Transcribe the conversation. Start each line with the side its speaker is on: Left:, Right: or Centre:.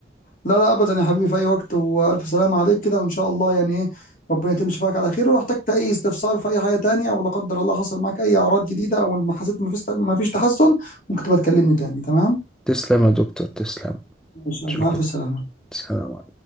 Left: لا لا ابدا يا حبيبي في اي وقت والف سلامه عليك كده وان شاء الله يعني ايه ربنا يتم شفاك على خير ولو احتجت اي استفسار في اي حاجه تانية او لا قدر الله حصل معاك اي اعراض جديده او ما حسيت ما فيش ما فيش تحسن ممكن تبقى تكلمني تاني تمام
Centre: تسلم يا دكتور تسلم
Left: ماشي مع
Centre: شكرا
Left: الف سلامه
Centre: سلام